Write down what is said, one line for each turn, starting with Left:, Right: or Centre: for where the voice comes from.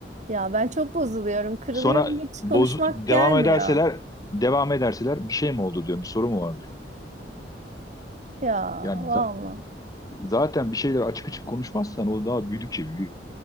Right: Ya ben çok bozuluyorum, kırılıyorum,
Left: Sonra
Right: hiç
Left: boz
Right: konuşmak
Left: devam
Right: gelmiyor.
Left: ederseler devam ederseler bir şey mi oldu diyorum. Bir soru mu var diyor.
Right: Ya
Left: Yani
Right: valla.
Left: za- zaten bir şeyler açık açık konuşmazsan o daha büyüdükçe büyüyor.